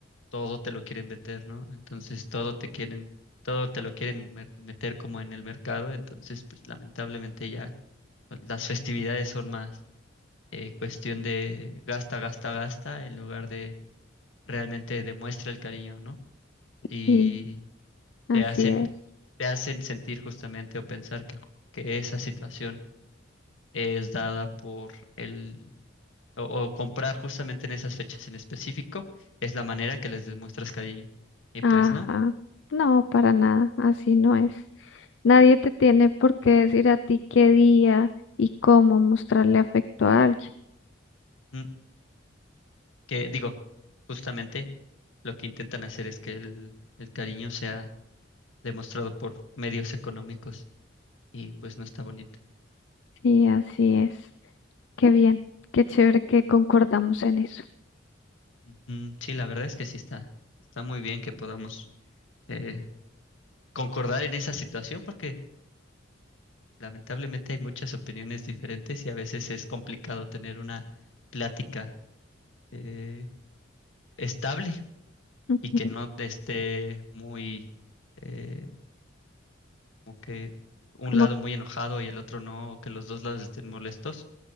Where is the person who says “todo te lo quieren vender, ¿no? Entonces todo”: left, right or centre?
Left